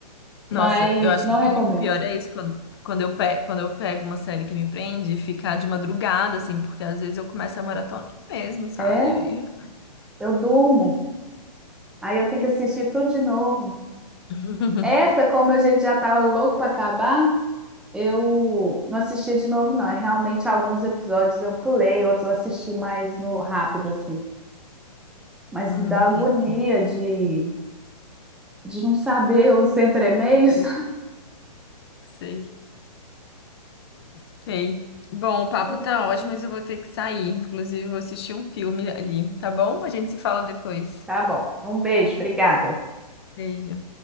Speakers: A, in the centre; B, on the left.
A: Mas
B: Nossa, eu acho
A: não
B: que pra
A: recomendo.
B: mim o pior é isso, quando, quando eu pe- quando eu pego uma série que me prende, ficar de madrugada, assim, porque às vezes eu começo a maratona mesmo, sabe?
A: É,
B: E-
A: eu durmo. Aí eu tenho que assistir tudo de novo.
B: <laughs>
A: Essa, como a gente já estava louco para acabar, Eu não assisti de novo, não. É Realmente, alguns episódios eu pulei, outros eu assisti mais no rápido, assim. Mas
B: Hum,
A: me dá agonia
B: entendi,
A: de, de não saber os entremeios.
B: sei. Sei. Bom, o papo
A: <laughs>
B: tá ótimo, mas eu vou ter que sair. Inclusive, eu vou assistir um filme ali, tá bom? A gente se fala depois.
A: Tá bom. Um beijo, obrigada.
B: Beijo.